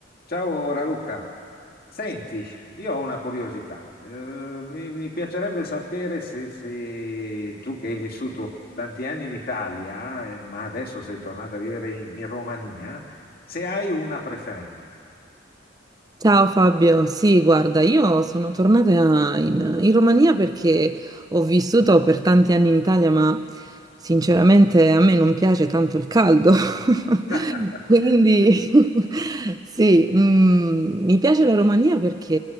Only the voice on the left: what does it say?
Ciao Raluca, senti, io ho una curiosità, Eh, mi, mi piacerebbe sapere se, se tu che hai vissuto tanti anni in Italia, eh, ma adesso sei tornato a vivere in, in Romania, se hai una preferenza.
<laughs>